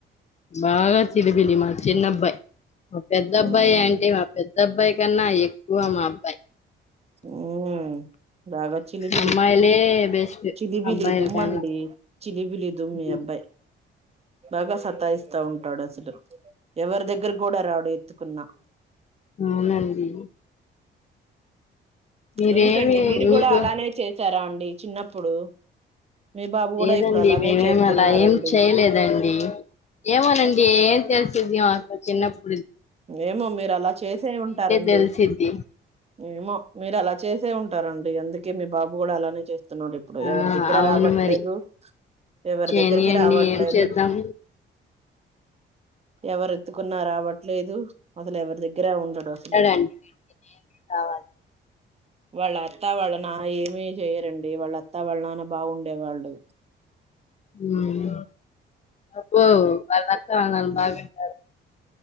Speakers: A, on the left; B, on the right.
A: బాగా చిలిబిలి మా చిన్నబ్బాయి మా పెద్దబ్బాయి
B: ఉమ్
A: అంటే మా పెద్దబ్బాయి కన్నా ఎక్కు మా అబ్బాయి
B: ఉమ్ బాగా చిలిబిలి
A: అమ్మాయిలే బెస్ట్
B: చిలిబిలి
A: అబ్బాయిల
B: దుమ్మండి
A: కన్నా.
B: చిలిబిలి దుమ్
A: హ్మ్.
B: మీ అబ్బాయి బాగా సతాయిస్తా ఉంటాడు ఎవరి దగ్గర కూడా రాడు ఎత్తుకున్నా
A: అవునండి మీరేమి
B: ఏంటండి మీరు
A: మీకు
B: కూడా అలానే చేశారా అండి మీ చిన్నప్పుడు మీ బాబు
A: లేదండి
B: కూడా ఇప్పుడు అలానే
A: మేమేమ్
B: చేస్తున్నారండి
A: అలా ఏం చేయలేదండి ఏమోనండి ఏమ్ తెలిసిద్ది మాకు చిన్నప్పు
B: ఏమో మీరలా చేసే ఉంటారండి
A: తెలిసిద్ది
B: ఏమో మీరలా చేసే ఉంటారండి అందుకే మీ బాబు కూడా అలానే చేస్తున్ స్తున్నాడు ఇప్పుడు
A: ఆ
B: ఎవరి దగ్గర
A: అవును
B: రావట్లేదు
A: మరి
B: ఎవరి
A: చేయనియండి
B: దగ్గరికి రావట్లేదు
A: ఏం చేద్దాం
B: ఎవరెత్తుకున్న రావ లేదు అసలు ఎవరి దగ్గర ఉండడు అసలు
A: అంటాడండి కావాలి
B: వాళ్ళ అత్తా వాళ్ళ నా ఏమీ చేయరండి వాళ్ళ అత్తా వాళ్ళ నాన్న బాగుండే వాళ్ళు
A: ఉమ్ అబ్బో వాళ్ళ అత్త వాళనాన్న బాగానే ఉన్నారు.